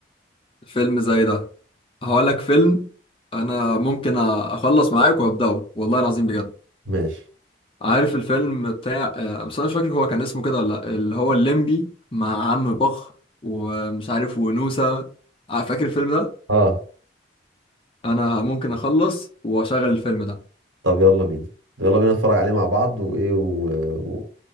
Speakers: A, on the left; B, on the right.
A: فيلم زي ده هقول لك فيلم انا ممكن أ- اخلص معاك وابداه والله العظيم بجد
B: ماشي
A: عارف الفيلم بتاع آه، بس انا مش فاكر هو كان اسمه كده ولا لأ، اللي هو الليمبي مع عم بخ ومش عارف ونوسة ع- فاكر الفيلم ده
B: اه
A: انا ممكن اخلص واشغل الفيلم ده
B: طب يلا بينا يلا بينا نتفرج عليه مع بعض وايه و... و...